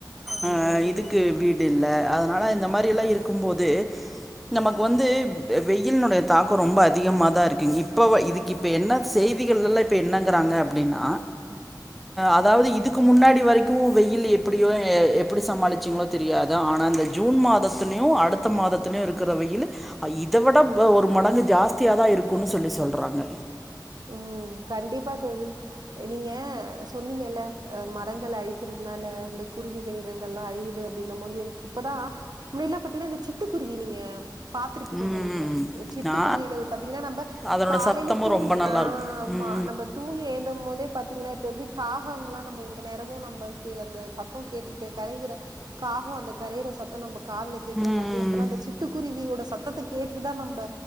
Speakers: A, on the right (about 60°); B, in the centre.
A: ஆமாங்க
B: அஹ்
A: தோழி.
B: இதுக்கு வீடு இல்ல அதனால இந்த மாரியெல்லா இருக்கும்போது நமக்கு வந்து வெயிலினுடைய தாக்கம் ரொம்ப அதிகமாக தான் இருக்குங்க இப்போ இதுக்கு இப்போ என்ன செய்திகள்லா இப்போ என்னங்கிறாங்க அப்படின்னா
A: உம்
B: அதாவது இதுக்கு முன்னாடி வரைக்கும் வெயில் எப்படியோ எ எப் எப்டி சமாளிச்சுங்களோ தெரியாதா ஆனா இந்த ஜூன் மாதத்துலயும் அடுத்த மாதத்துலயும் இருக்கிறவையில் இத விட ஒரு மடங்கு ஜாஸ்தியாக தான் இருக்குன்னு சொல்லி சொல்றாங்க
A: உஹம் கண்டிப்பா தோழி நீங்க சொன்னீங்கல்ல அஹ் மரங்கள் அழிக்கிறதுனால இந்த குருவிகள் இனங்கள் எல்லா அழியுது அப்டின போது எனக்கு இப்பதான் முன்னல்லாம் பாத்தீங்கன்னா இந்த சிட்டுக்குருவி நீங்க பாத்திருப்பீங்கன்னு
B: ம்
A: நினைக்கிறேன் சிட்டுக்குருவிகள்
B: நா
A: பா்த்தீங்கன்னா நம்ம
B: அதனோட
A: காலையில
B: சத்தமு
A: தூங்கி
B: ரொம்ப நல்லாருக்கு
A: ஆஹ் ஆம்மா
B: ம்
A: நம்ம தூங்கி எழுந்தும் போதே பா்த்தீங்கன்னா இப்ப எப்படி காகாங்கலா நம்ம எந்த நேரமும் நம்மகே அந்த சத்தம் கேட்டுக்கிட்டே கரைகிற காகம் அந்த கரையிற சத்தம் நம்ம காதல கேக்குற
B: ம்
A: மாதிரி அப்பல்லா
B: ம்
A: அந்த சிட்டுக்குருவியோட சத் சத்தத்தை கேட்டுட்டுதான் நம்ப